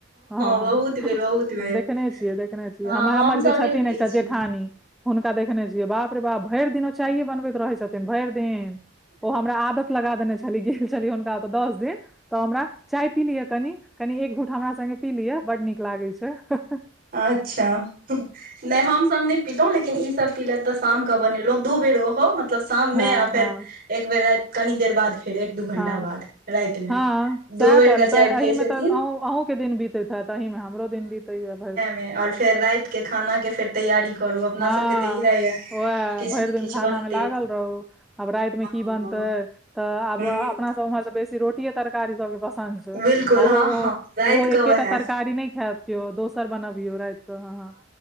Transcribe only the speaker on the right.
बहुत बेर बहुत बेर
हँ
हमसभ
नहि पियै
छी
अच्छा, हू नहि हम सभ नै पीलहुँ लेकिन ई सब्ब पीलथि तऽ शामकऽ बनेलहुँ दू बेर ओहो मतलब शाममे
आ फेर
एक बेर, राति कनी देर बाद। फेर एक दू घण्टा
बाद रातिमे
दो बेर
के चाय
पियै
छथिन
आओर फेर रातिके खानाके फेर तैयारी करू अपना
सबके तऽ इएह ये
किछु
ने
किछु
बनतै
हँ
ह
बिलकुल
हँ
हँ राति
के उएह